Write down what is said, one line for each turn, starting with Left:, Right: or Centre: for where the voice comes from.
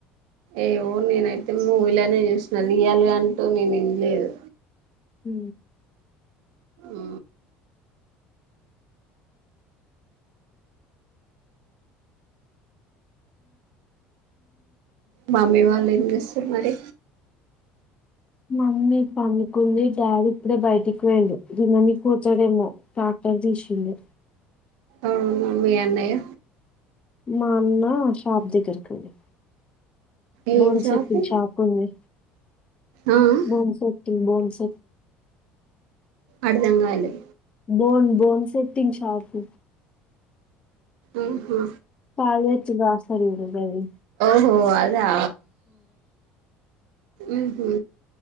Right: ఏవో నేనైతే మూవీ ల నే చూసిన రియల్గా అంటూ నేను ఏం లేదు
Left: హ
Right: ఉ మమ్మీ వాళ్ళు ఏంజెస్ స్తు మరి
Left: మమ్మీ పన్నుకుంది డాడీ ఇప్పుడే బయటికీ పోయిండు దున్ననికి పోతాడేమో టాక్టర్ తీసిండూ
Right: అవునా మీ అన్నయ్య
Left: మా అన్న షాప్ దగ్గరికి వోయిండు
Right: ఏం
Left: బోన్
Right: జాబు
Left: సెటింగ్ షాపు ఉంది
Right: ఆ ఆ
Left: బోన్ సెటింగ్ బోన్స్
Right: అర్థంకాలే
Left: బోన్ బోన్ సెట్టింగ్ షాపు
Right: ఆహా
Left: కాళ్ళు తెచ్చి వస్తారు చూడు గది
Right: ఓ అద్ దా ఉహు